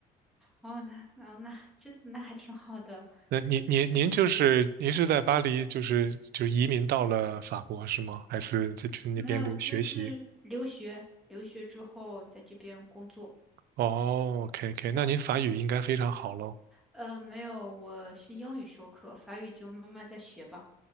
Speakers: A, in the centre; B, on the right (about 70°).
A: 哦，那哦那这那还挺好的。
B: 那您您您就是您是在巴黎，就是就移民到了法国是吗？还是在去那边留学习？
A: 没有，就是留学，留学之后在这边工作。
B: 哦，OK OK，那您法语应该非常好喽。
A: 嗯，没有，我是英语授课，法语就慢慢再学吧。